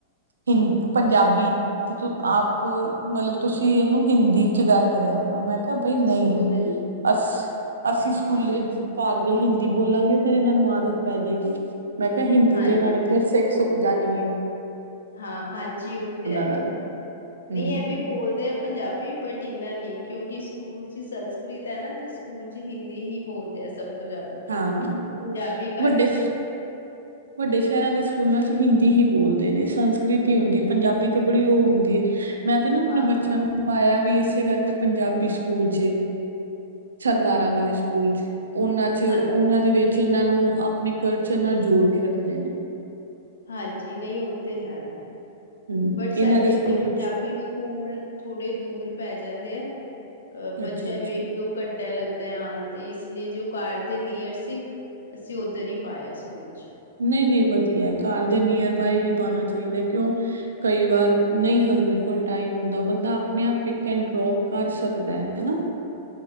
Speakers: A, on the right; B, on the left.
A: ਹਿੰ ਪੰਜਾਬੀ। ਤੇ ਆਪ ਮਤਲਬ ਤੁਸੀਂ ਇਨੂੰ ਹਿੰਦੀ ਚ ਗੱਲ ਕਰਿਆ। ਮੈਂ ਕਿਹਾ ਬਈ ਨਈ
B: ਸਕੂਲ ਦੇ ਵਿੱਚ
A: ਅਸ ਅਸੀਂ ਸਕੂਲੇ ਘਰ ਜੇ ਹਿੰਦੀ ਬੋਲਾਂਗੇ ਫੇਰ ਇਹਨਾਂ ਨੂੰ ਆਦਤ ਪੈ ਜੇਗੀ। ਮੈਂ ਕੇਆ ਹਿੰਦੀ
B: ਹਾਂਜੀ
A: ਤੇ ਇਹਨਾਂ ਨੇ ਫੇਰ ਸੇਖ ਸੁੱਖ ਜਾਨੀ ਏ
B: ਹਾਂ ਹਾਂਜੀ ਉਹ ਤੇ ਹੈਗਾ,
A: ਨਾਲ
B: ਨੀ
A: ਹਮ
B: ਏਵੇ ਈ ਬੋਲਦੇ ਪੰਜਾਬੀ ਬਟ ਇੰਨਾ ਨੀ ਕਿਉਂਕਿ ਸਕੂਲ ਚ ਸੰਸਕ੍ਰਿਤ ਹੈ ਨਾ ਤੇ ਸਕੂਲ ਚ ਹਿੰਦੀ ਹੀ ਬੋਲਦੇ ਆ ਸਭ ਸਭ ਤੋਂ ਜ਼ਿਆਦਾ,
A: ਹਾਂ
B: ਪੰਜਾਬੀ ਘੱਟ
A: ਵੱਡੇ
B: ਹੈ।
A: ਵੱਡੇ ਸ਼ਹਿਰਾਂ ਦੇ ਸਕੂਲਾਂ ਚ ਹਿੰਦੀ ਹੀ ਬੋਲਦੇ ਨੇ ਸੰਸਕ੍ਰਿਤ ਈ ਹੁੰਦੀ ਪੰਜਾਬੀ ਤੇ ਬੜੀ ਉਹ ਹੁੰਦੀ ਏ ਮੈਂ ਤੇ ਨਾ ਅਪਨੇ
B: ਹਾਂ
A: ਬੱਚਿਆਂ ਨੂੰ ਪਾਇਆ ਵੀ ਏਸੇ ਕਰਕੇ ਪੰਜਾਬੀ ਸਕੂਲ ਚ, ਸਰਦਾਰਾਂ ਵਾਲੇ ਸਕੂਲ ਚ ਉਹਨਾਂ ਚ
B: ਹਾਂਜੀ
A: ਉਹਨਾਂ ਦੇ ਵਿੱਚ ਉਹਨਾਂ ਨੂੰ ਆਪਨੇ ਕਲਚਰ ਨਾਲ ਜੋੜ ਕੇ ਰੱਖਦੇ ਨੇ।
B: ਹਾਂਜੀ, ਨਈ ਉਹ ਤੇ ਹੈ
A: ਹੂੰ
B: ਬਟ ਸਾਡੇ
A: ਇਹਨਾਂ ਦੇ
B: ਏਥੇ
A: ਸਕੂਲ
B: ਪੰਜਾਬੀ
A: ਚ
B: ਸਕੂਲ, ਥੋੜੇ ਦੂਰ ਪੈ ਜਾਂਦੇ ਏ ਅਹ ਬੱਚਿਆਂ
A: ਅੱਛਾ ਅੱਛਾ
B: ਨੂੰ ਇੱਕ ਦੋ ਘੰਟਾ ਲੱਗਦਾ ਆਨ ਤੇ ਇਸ ਲਈ ਜੋ ਕਾਰ ਦੇ ਨੀਅਰ ਸੀ। ਅਸੀਂ ਉੱਧਰ ਈ ਪਾਇਆ ਸਕੂਲ ਚ
A: ਨਈ ਨਈ ਵਧੀਏ, ਘਰ ਦੇ ਨੀਅਰ ਬਾਏ ਹੀ ਪਾਨਾ ਚਾਹੀਦੇ ਕਿਉਂ ਕਈ ਵਾਰ ਨਈ ਹਸਬੈਂਡ ਕੋਲ ਟਾਈਮ ਹੁੰਦਾ, ਬੰਦਾ ਆਪਨੇ ਆਪ ਪਿਕ ਐਂਡ ਡਰੋਪ ਕਰ ਸਕਦਾ ਹੈ, ਹੇਨਾ